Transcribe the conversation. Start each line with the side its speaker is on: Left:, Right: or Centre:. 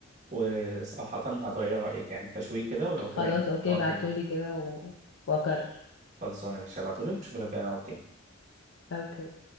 Right: وصراحة هتغير رأيك يعني فشوي كده ولو كده
Left: خلاص
Right: ايه
Left: اوكي
Right: نقعد
Left: بعتولي
Right: تاني
Left: كده و... واكرر
Right: خلصانة مش هبعتهولك وشوف لو كده نقعد تاني
Left: اوكي